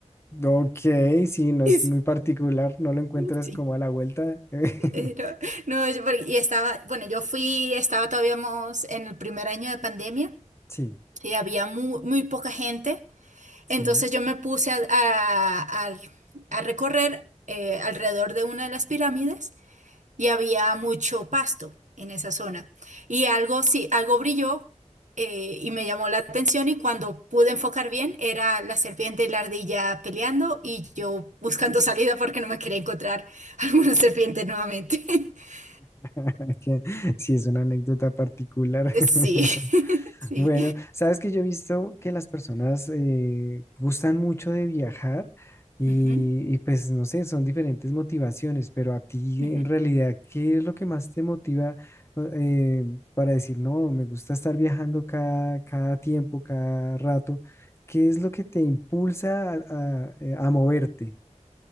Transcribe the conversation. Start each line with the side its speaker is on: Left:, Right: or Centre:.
Left: Ok, sí, no
Right: Y
Left: es muy particular, no lo encuentras
Right: Sí, sí,
Left: como a la vuelta. <laughs>
Right: eh, no, no, yo por- y estaba, bueno, yo fui, estaba todavía más en el primer año de pandemia
Left: Sí,
Right: y había muy, muy poca gente,
Left: sí.
Right: entonces yo me puse a, a- a- a recorrer eh, alrededor de una de las pirámides. y había mucho pasto en esa zona. Y algo, sí, algo brilló eh, y me llamó la atención y cuando pude enfocar bien era la serpiente y la ardilla peleando y yo buscando salida porque no me quería encontrar <laughs> alguna serpiente nuevamente. <laughs>
Left: <laughs> que Sí, es una anécdota particular.
Right: Sí,
Left: <laughs>
Right: <laughs> sí.
Left: Bueno, sabes que yo he visto que las personas eh, gustan mucho de viajar y,
Right: Ujú,
Left: y pues no sé, son diferentes motivaciones, pero a ti
Right: ujú.
Left: en realidad, ¿qué es lo que más te motiva o- eh, para decir, no, me gusta estar viajando cada, cada tiempo, cada rato? ¿Qué es lo que te impulsa a, a eh, a moverte?